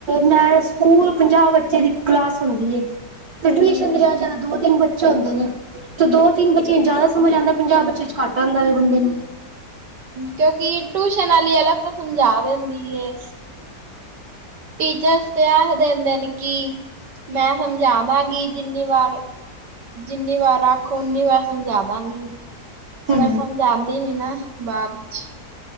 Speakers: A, on the right; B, on the right.
A: ਮੈਂ ਸਕੂਲ ਪੰਜਾਹ ਬੱਚੇ ਦੀ ਕਲਾਸ ਹੁੰਦੀ ਏ। ਤੇ
B: ਹਮ।
A: ਟਿਯੁਸ਼ਨ ਤੇ ਜੈਂਦਾ ਤੋਂ ਜੈਦਾ ਦੋ- ਤਿੰਨ ਬੱਚੇ ਹੁੰਦੇ ਨੇ ਤੇ ਦੋ- ਤਿੰਨ ਬੱਚਿਆਂ ਚ ਜਿਆਦਾ ਸਮਝ ਆਂਦਾ। ਪੰਜਾਹ ਬੱਚੇ ਚ ਘੱਟ ਆਂਦਾ ਵੇ ਬੰਦੇ ਨੂੰ।
B: ਕਿਉਂਕਿ ਟੂਸ਼ਨਾ ਆਲੀ ਅਲਗ ਤੋ ਸਮਝਾ ਦਿੰਦੀ ਏ। ਟੀਚਰਸ ਤੇ ਆਖਦੇਂਦੇ ਨੇ ਕੀ ਮੈਂ ਸਮਝਾਵਾਂਗੀ ਜਿੰਨੀ ਵਾਰ ਜਿੰਨੀ ਵਾਰ ਆਖੋ ਊਨੀ ਵਾਰ ਸਮਝਾਦਾਂਗੀ।
A: ਹੂੰ
B: ਪਰ ਸਮਝਾਂਦੀ ਨੀ ਨਾ ਬਾਅਦ ਚ।